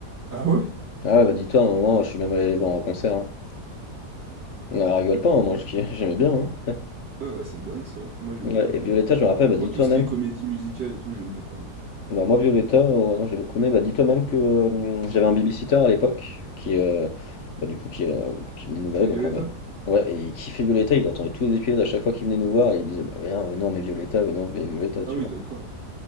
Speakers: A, on the right (about 80°); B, on the left (about 50°).
A: Ah ouais?
B: Ah ouais, bah, dis-toi, à un moment, je suis même allé les voir en concert. hein. Ah, rigole pas, hein, moi, je kiffais- <laughs> j'aimais bien. hein.
A: Ah bah, c'est dingue ça. Moi, j'aimais
B: Ouais
A: pas du
B: et Violetta,
A: tout.
B: je me rappelle, elle
A: Moi,
B: m'a
A: tout
B: «Toi-même»
A: ce qui est comédie musicale et tout, je ne peux pas. moi.
B: bah, moi Violetta, heu, non j'ai beaucoup aimé, elle m'a «Toi-même que, hem, j'avais un babysitter à l'époque qui, heu, bah, du coup qui, hem, qui venait nous
A: C'était
B: garder
A: Violetta?
B: donc on regarde». Ouais et il kiffait Violetta, il attendait tous les épisodes à chaque fois qu'il venait nous voir et il disait: «Bah, viens, venez on met Violetta, venez on met Violetta», tu
A: Ah oui,
B: vois?
A: d'accord.